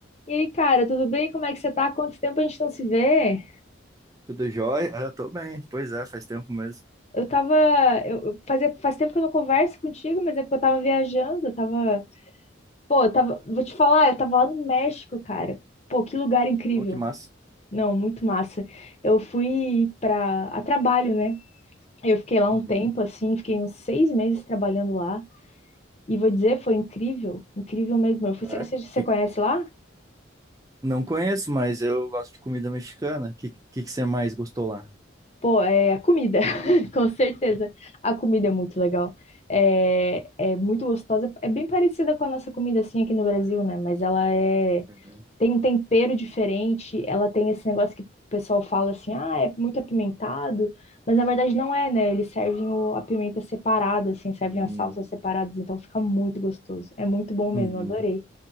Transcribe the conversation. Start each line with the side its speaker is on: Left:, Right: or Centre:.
Left: E aí, cara, tudo bem? Como é que você tá? Quanto tempo a gente não se vê?
Right: Tudo jóia? Ah, Eu tô bem. Pois é, faz tempo mesmo.
Left: Eu tava. Eu, eu- fazia, faz tempo que eu não converso contigo, mas é porque eu tava viajando. Eu tava. Pô, eu tava. Vou te falar, eu tava lá no México, cara. Pô, que lugar incrível.
Right: Ô, que massa.
Left: Não, muito massa. Eu fui pra, a trabalho, né? Eu fiquei lá um
Right: Uhum.
Left: tempo, assim, fiquei uns seis meses trabalhando lá. E vou dizer, foi incrível, incrível mesmo. Eu fui-
Right: É?
Left: Você você- você
Right: Que...
Left: conhece lá?
Right: Não conheço, mas eu gosto de comida mexicana. Que que que você mais gostou lá?
Left: Pô, é a comida, <laughs> com certeza. A comida é muito legal. É, é muito gostosa. É bem parecida com a nossa comida, assim, aqui no Brasil, né? Mas ela é...
Right: Uhum.
Left: tem um tempero diferente. Ela tem esse negócio que o pessoal fala assim, ah, é muito apimentado. Mas na verdade não é, né? Eles servem o- a pimenta separada, assim, servem
Right: Hum,
Left: as salsas separadas. Então fica muito gostoso. É muito bom mesmo,
Right: uhum.
Left: adorei.